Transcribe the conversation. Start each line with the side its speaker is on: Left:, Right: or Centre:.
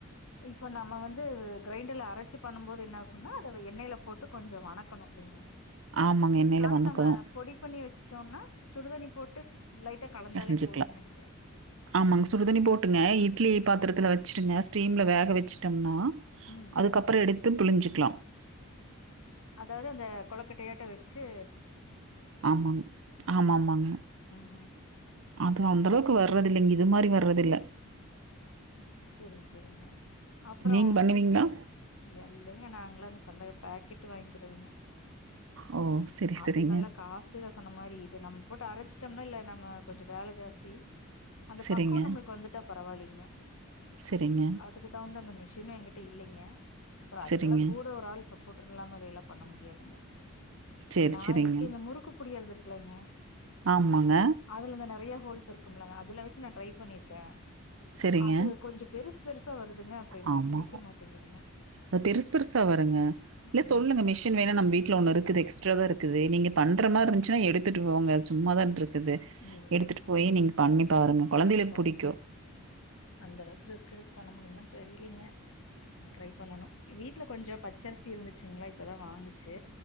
Left: இப்ப நம்ம வந்து கிரைண்டர்ல அரைச்சி பண்ணும் போது என்ன ஆகும்னா அத வெ எண்ணெயில போட்டு கொஞ்சோ வணக்கணு இல்லீங்க
Right: ஆமாங்க. எண்ணெயில
Left: ஆனா
Right: வணக்கணும்.
Left: நம்ம பொடிப்பண்ணி வச்சுட்டோனா சுடுதண்ணி போட்டு லைட்டா கலந்தாலே
Right: ஆ செஞ்சிக்கலா
Left: போதும்னு நெனைக்கிறே
Right: ஆமாங்க சுடுதண்ணி போட்டுங்க இட்லி பாத்திரத்தில வச்சிட்டுங்க ஸ்டீமில் வேக வச்சுட்டம்னா
Left: ம்
Right: அதுக்கப்புறோ எடுத்து புழிஞ்சிக்லா
Left: அதாது அந்த கொழக்கட்டையாட்டோ வெச்சு
Right: ஆமாங்க ஆமாமாங்க
Left: ம் ம்
Right: அது அந்தளவுக்கு வர்றது இல்லங்க இது மாரி வர்றது இல்ல
Left: சரிங்க சரிங்க அப்றோ
Right: நீங்க பண்ணுவீங்களா?
Left: எல்லைங்க நாங்களு அந்த சந்தக பாக்கெட்டு வாங்கிறதுங்க
Right: ஓ! சரி,
Left: அது
Right: சரிங்க.
Left: நல்லா காஸ் <unintelligible> சொன்னமாரி இது நம்ம போட்டு அரைச்சிட்டம்னா இல்ல நம்ம கொஞ்சோ வேல ஜாஸ்தி அந்த
Right: சரிங்க,
Left: பக்குவ நம்ளுக்கு வந்துட்டா பரவாயில்லிங்க
Right: சரிங்க,
Left: அதுக்கு தா வந்து அந்த மிஷினு என்ங்கிட்ட இல்லைங்க அப்றோ அதுக்கெல்லா
Right: சரிங்க.
Left: கூட ஒரு ஆள் சப் போட்டுருலாம் அதையெல்லா பண்ண முடியாதுங்க
Right: சரி,
Left: நா
Right: சரிங்க.
Left: எப்டி இந்த முறுக்கு புழியற்து இருக்குலங்க
Right: ஆமாங்க.
Left: அதுல அந்த நெறையா ஹோல்ஸ் இருக்கும்லங்க அதுல வச்சு நா ட்ரை பண்ணியிருக்கே
Right: சரிங்க.
Left: அது கொஞ்சோ பெருசு பெருசா வருதுங்க அப்புறோ இவுங்க்ளுக்கு
Right: ஆமா.
Left: புடிக்க மாட்டேங்குதுங்க
Right: அது பெருசு பெருசா வருங்க இல்ல
Left: ம்
Right: சொல்லுங்க மெஷின் வேணா நம்ம வீட்டுல ஒன்னு இருக் குது எக்ஸ்ட்ராதா இருக்குது நீங்க பண்ற மாரி இருந்துச்சின்னா எடுத்துட்டு போங்க அது சும்மாதான்ட்ருக்குது
Left: இல்லைங்க
Right: எடுத்துட்டு போய் நீங்க பண்ணி பாருங்க கொழந்தைகளுக்கு
Left: அந்த அளவு
Right: புடிக்கு
Left: அந்த அளவுக்கு ரிஸ்க் எடுத்து பண்ண முடியுமானு தெரியலீங்க ட்ரை பண்ணனு வீட்டுல கொஞ்சோ பச்சரிசி இருந்துச்சுங்களா இப்பதா வாங்குச்சு